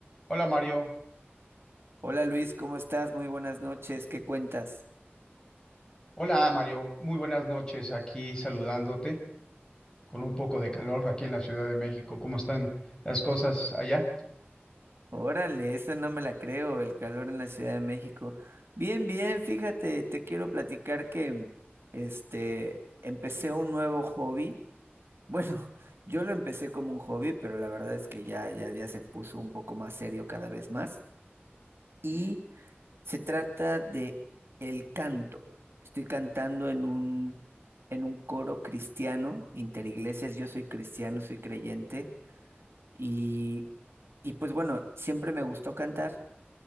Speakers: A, on the left; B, on the right.
A: Hola Mario,
B: Hola Luis, ¿cómo estás? Muy buenas noches, ¿qué cuentas?
A: hola Mario, muy buenas noches aquí saludándote con un poco de calor aquí en la Ciudad de México. ¿Cómo están las cosas allá?
B: Órale, esa no me la creo, el calor en la Ciudad de México. Bien, bien, fíjate, te quiero platicar que este empecé un nuevo hobby. Bueno, <laughs> yo lo empecé como un hobby, pero la verdad es que ya ya ya se puso un poco más serio cada vez más y se trata de el canto. Estoy cantando en un en un coro cristiano, interiglesias, yo soy cristiano, soy creyente. Y, y pues bueno, siempre me gustó cantar.